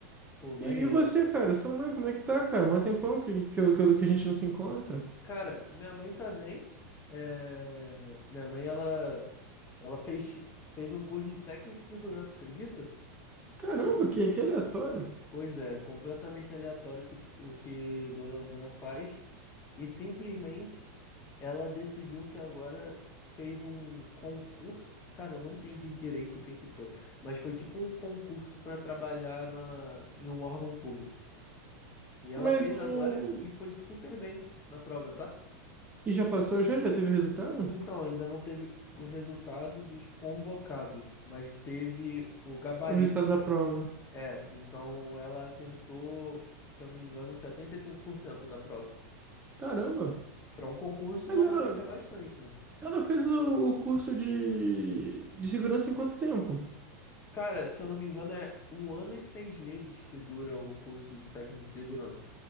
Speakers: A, on the left (about 30°); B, on the right (about 20°).
A: Pô, maneiro.
B: E, e você, cara? Sua mãe, como é que tá, cara? Mó tempão que, que, eu- que, eu- que a gente não se encontra.
A: Cara, minha mãe tá bem. É, Minha mãe, ela, ela fez, fez um curso de técnico de segurança, acredita?
B: Caramba, que, que aleatório.
A: Pois é, completamente aleatório o que, o que Dona Osana faz. E simplesmente ela decidiu que agora fez um concurso. Cara, eu não entendi direito o que que foi, mas foi tipo um concurso para trabalhar na, em um órgão público. E ela
B: Mas
A: fez
B: o...
A: agora e foi super bem na prova, tá?
B: E já passou, já? Já teve o resultado?
A: Então, ainda não teve o resultado dos convocados, mas teve o gabarito.
B: O resultado da prova.
A: É, então ela acertou, se eu não me engano, 75% da prova.
B: Caramba.
A: Que para um concurso
B: Mas
A: normalmente
B: ela...
A: é bastante, né?
B: Ela fez o, o curso de, de segurança em quanto tempo?
A: Cara, se eu não me engano, é um ano e seis meses que dura o curso de técnico de segurança.